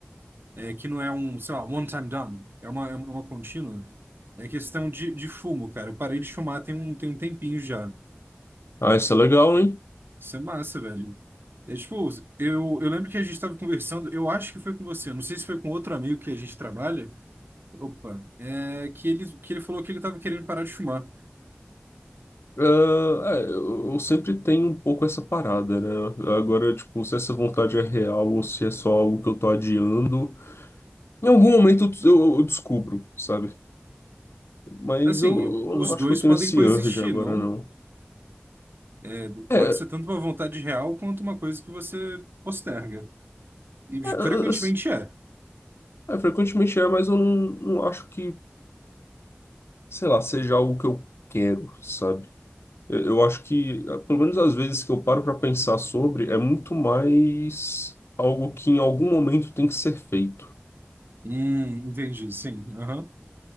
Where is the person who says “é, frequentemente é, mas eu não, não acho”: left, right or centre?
Left